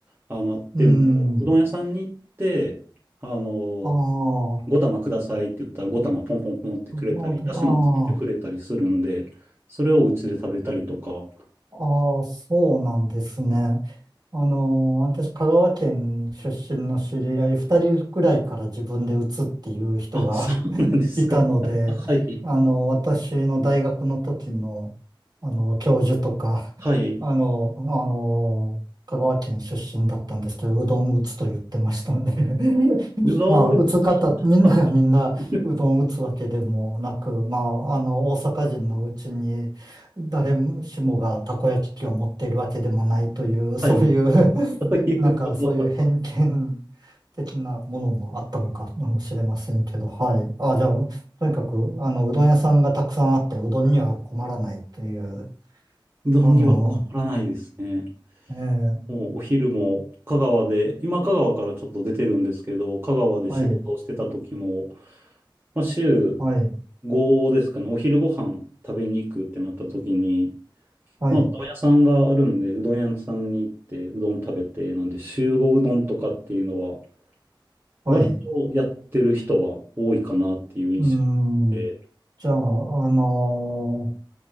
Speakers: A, on the right; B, on the right.
A: あの、あっても、
B: うん。
A: うどん屋さんに行って、あの、
B: ああ、あ
A: 5玉くださいって言ったら5玉ポンポンポンってくれたり、
B: あ、
A: だしもつけてくれたりするんで、それをお家で食べたりとか。
B: ああ、そうなんですね。あの私、香川県出身の知り合い2人くらいから自分で移っていう人が
A: あ、そうなんですか。
B: いたので、
A: <laughs> はい。
B: あの、私の大学の時の、あの、教授とか、
A: はい。
B: あの、あの、香川県出身だったんですけど、うどん打つと言ってましたんで、<laughs>
A: うどん打つ人は
B: まあ、打つ方、みんながみんなうどん打つわけでもなく、
A: いる
B: まあ、あの、大阪人のうちに、誰しもがたこ焼き器を持っているわけでもないという、
A: はい。
B: そういう、
A: そういうことだと。
B: <laughs> なんかそういう偏見的なものもあったのかもしれませんけど、はい。あ、じゃあ、とにかく、あの、うどん屋さんがたくさんあって、うどんには困らないという、
A: うどんには困らないですね。
B: あの、ええ
A: もうお昼も香川で、今香川からちょっと出てるんですけど、香川で仕事をしてた時も、
B: はい、
A: まあ、週
B: はい、
A: 5ですかね、お昼ご飯食べに行くってなった時に、
B: はい、
A: まあ、うどん屋さんがあるので、うどん屋さんに行って、うどん食べて、なんで、集合うどんとかっていうのは、
B: はい。
A: 割とやってる人は多いかなっていう印象
B: うーん、
A: で、
B: じゃあ、あの